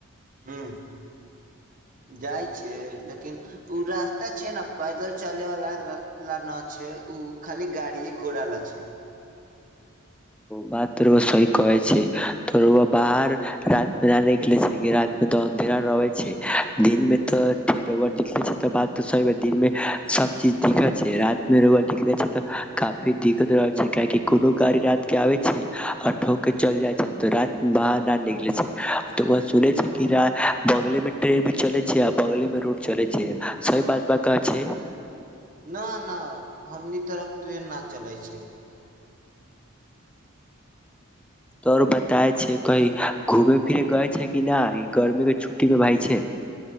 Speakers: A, on the right; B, in the centre.
A: ह्म जाइ छै लेकिन ओ रास्ता छै ने पैदल चलैवला लए नहि छै ओ खाली गाड़िए घोड़ा लए छै
B: बात त सी कहै छै त बाहर र मे नहि निकले छै रात मे त अन्धेरा रहे छै दिन मे तऽ निकले छै त बात स दिन मे सब चीज दिक्कत छै रात मे रोब निकले छै तऽ काफी दिक्कत रहै छै काहि कोनो गाड़ी आबे छै आ ठोक के चल जाइ छै तऽ रात बाहर न निकले छै सुनै छै बगले ट्रेन भी चले छै आ बले मे रूड चले छै सही बात ब कह छै
A: न न हमनी तरफ ट्रेन न चलै छै
B: तोरो बताए छै कही घूमे फिरे गए छै कि नहि गर्मी के छुट्टी मे भाय छै